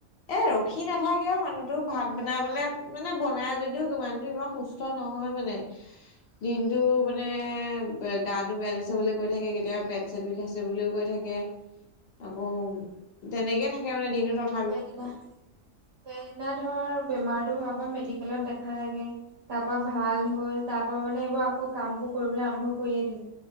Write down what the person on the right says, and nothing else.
সেইদিনা, সেইদিনা ধৰ বেমাৰটো হোৱাৰ বা মেডিকেলত দেখালে গে। তাৰ পৰা ভাল হ'ল, তাৰ পৰা মানে এইবোৰ আকৌ কামবোৰ কৰিবলৈ আৰম্ভ কৰিয়ে দিলে।